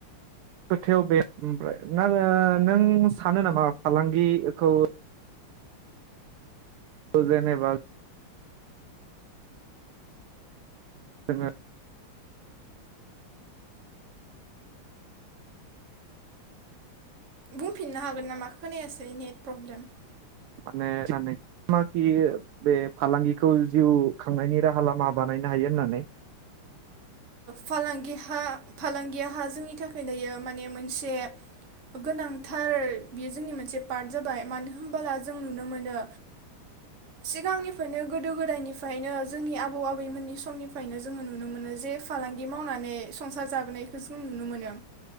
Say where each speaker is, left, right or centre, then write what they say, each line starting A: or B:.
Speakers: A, on the right (about 85°); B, on the right (about 45°).
A: खोथायाव बे ओमफ्राय ना नों सानो नामा फालांगि-खौ जेनेबा जोँ।
B: बुंफिननो हागोन नामा खोनायासै नेट प्रब्लेम।
A: माने सानोनामाखि बे फालांगिखौ जिउ खांनायनि राहा लामा बानायनो हायो होननानै?
B: फालांगिहा फालांगियाहा जोंनि थाखाय दायो माने मोनसे गोनांथार बेयो जोंनि मोनसे पार्ट जाबाय मानो होनबोला जों नुनो मोनो सिगांनिफ्रायनो गोदो गोदायनिफ्रायनो जोंनि आबौ आबैमोननि स समनिफ्रायनो जोङो नुनो मोनो। <inaudible> जे फालांगि मावनानै संसार जाबोनायखौ जों नुनो मोनो